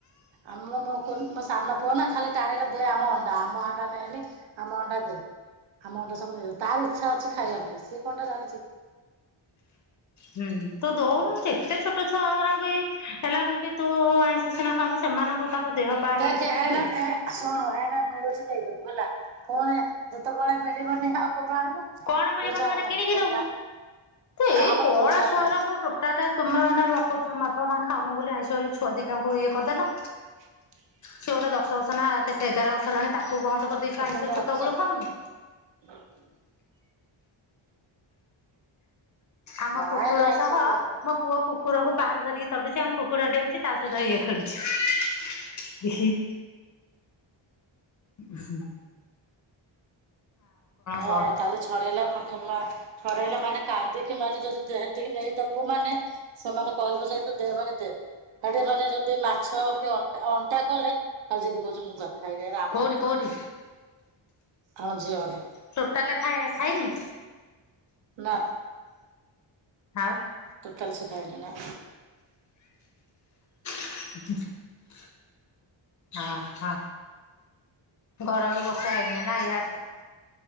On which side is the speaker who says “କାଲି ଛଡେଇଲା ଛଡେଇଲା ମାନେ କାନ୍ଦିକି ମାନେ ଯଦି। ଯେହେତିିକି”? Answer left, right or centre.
Right